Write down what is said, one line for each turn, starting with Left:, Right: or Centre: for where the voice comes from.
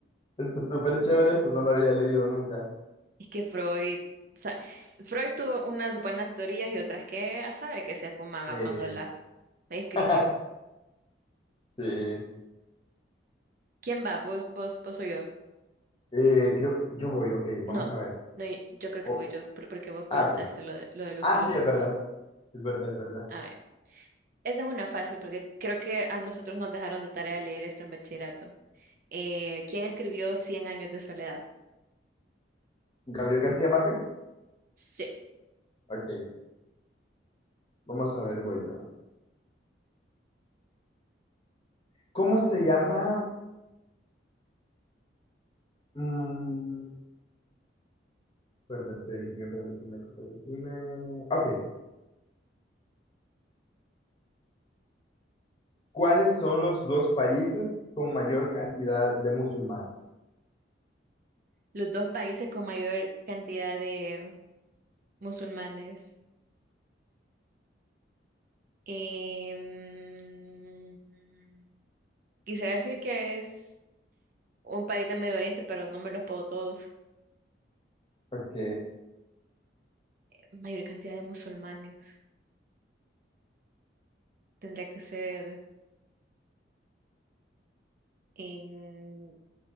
Left: está súper chévere eso, no lo había leído nunca.
Right: es que Freud, o sea, Freud tuvo unas buenas teorías y otras que a saber que se fumaba
Left: Sí.
Right: cuando la escribió.
Left: <laughs> Sí.
Right: ¿Quién va? ¿Vos, vos, vos o yo?
Left: Eh, creo- yo voy, ok, vamos
Right: No,
Left: a ver.
Right: no, y- yo creo
Left: Oh,
Right: que voy yo, por- porque vos preguntaste
Left: ah, ok.
Right: lo de, lo de los
Left: Ah,
Right: filósofos.
Left: sí, es verdad. Es verdad, es verdad.
Right: A ver, esa es una fácil, porque creo que a nosotros nos dejaron de tarea leer esto en bachillerato. Eh, ¿quién escribió Cien años de soledad?
Left: ¿Gabriel García Márquez?
Right: Sí,
Left: Ok, vamos a ver, voy yo. ¿Cómo se llama? Mm, perdón, permitime, permitime, permitime. Ok, ¿cuáles son los dos países con mayor cantidad de musulmanes?
Right: los dos países con mayor cantidad de musulmanes. Em, quisiera decir que es un país de Medio Oriente, pero no me los puedo todos.
Left: Ok,
Right: Mayor cantidad de musulmanes. Tendría que ser en